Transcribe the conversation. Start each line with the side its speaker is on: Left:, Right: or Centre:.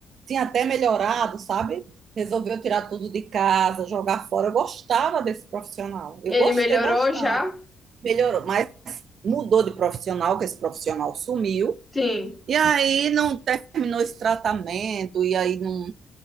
Right: tinha até melhorado, sabe? Resolveu tirar tudo de casa, jogar fora. Eu gostava desse profissional, eu
Centre: Ele
Right: gostei
Centre: melhorou
Right: bastante.
Centre: já?
Right: Melhorou, mas mudou de profissional, que esse profissional sumiu.
Centre: Sim.
Right: E aí não terminou esse tratamento, e aí não.